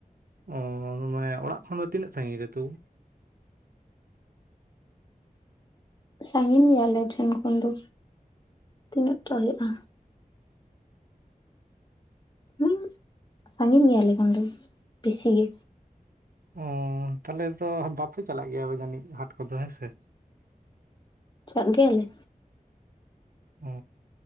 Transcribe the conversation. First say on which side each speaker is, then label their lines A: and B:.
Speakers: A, on the right; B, on the left.
A: ᱚᱻ ᱢᱟᱱᱮ ᱚᱲᱟᱜ ᱠᱷᱚᱱ ᱫᱚ ᱛᱤᱱᱟᱹᱜ ᱥᱟᱺᱜᱤᱧ ᱨᱮ ᱛᱩᱵᱩ
B: ᱥᱟᱺᱜᱤᱧ ᱜᱮᱭᱟ ᱟᱞᱮ ᱴᱷᱮᱱ ᱠᱷᱚᱱ ᱫᱚ, ᱛᱤᱱᱟᱹᱜ ᱴᱟ ᱦᱩᱭᱩᱜ-ᱟ ᱢᱟᱱᱮ ᱥᱟᱺᱜᱤᱧ ᱜᱮᱭᱟ ᱟᱞᱮ ᱠᱷᱚᱱ ᱫᱚ ᱵᱮᱥᱤ ᱜᱮ᱾
A: ᱚ ᱛᱟᱦᱚᱞᱮ ᱛᱚ ᱵᱟᱯᱮ ᱪᱟᱞᱟᱜ ᱜᱮᱭᱟ ᱡᱟᱹᱱᱤᱡ ᱦᱟᱴ ᱠᱚᱫᱚ ᱦᱮᱸᱥᱮ᱾
B: ᱪᱟᱜ ᱜᱮᱭᱟᱞᱮ᱾
A: ᱚ